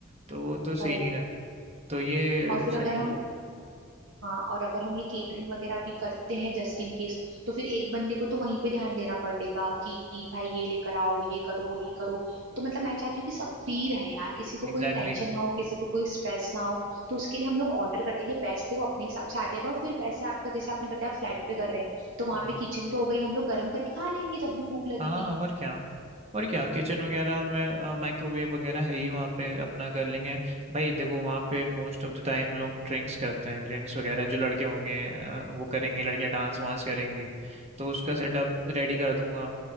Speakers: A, on the right (about 30°); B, on the right (about 60°).
A: तो वो तो सही
B: भाई
A: नहीं रहा तो ये
B: और फिर
A: सही
B: अगर हम
A: रहेगा
B: हाँ और अगर हम ये केटरिंग वगैरह भी करते हैं जस्ट इन केस तो फिर एक बंदे को तो वहीं पे ध्यान देना पड़ेगा कि कि भाई ये लेकर आओ ये करो ये करो तो मतलब मैं चाहती हूँ कि सब फ्री रहे यार किसी को
A: एग्जैक्टली
B: कोई टेंशन ना हो किसी को कोई स्ट्रेस ना हो तो उसके लिए हम लोग ऑर्डर कर देंगे बेस्ट है वो अपने हिसाब से आ जाएगा और फिर वैसे आपका जैसे आपने बताया फ्लैट पे कर रहे हैं तो वहां
A: हम्म
B: पे किचन तो हो गई हम लोग गर्म करके खा लेंगे जब भी भूख लगेगी
A: हाँ और क्या और क्या किचन वगैरह में माइक्रोवेव वगैरह है ही वहाँ पे अपना कर लेंगे भाई देखो वहाँ पे मोस्ट ऑफ द टाइम लोग ड्रिंक्स करते हैं ड्रिंक्स वगैरह जो लड़के होंगे अ, वो करेंगे लड़कियाँ डांस वांस करेंगी तो उसका सेटअप रेडी कर दूंगा